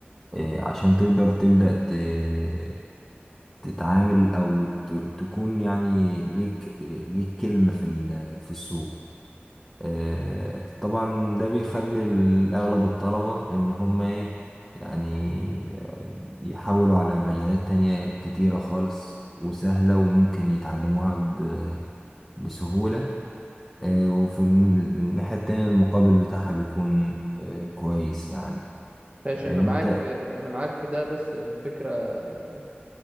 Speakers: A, in the centre; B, on the right.
A: إيه، عشان تقدر تبدأ ت- تتعامل أو ت- تكون يعني ليك ليك كلمة في ال- في السوق آه، طبعا ده بيخلي ال- أغلب الطلبة إن هم إيه يعني يحاولوا على مجالات تانية كتيرة خالص وسهلة وممكن يتعلموها ب- بسهولة آه، وفي الناحية التانية المقابل بتاعها بيكون آه، كويس يعني
B: ماشي
A: أنت
B: أنا معاك في أنا معاك في ده بس الفكرة آه،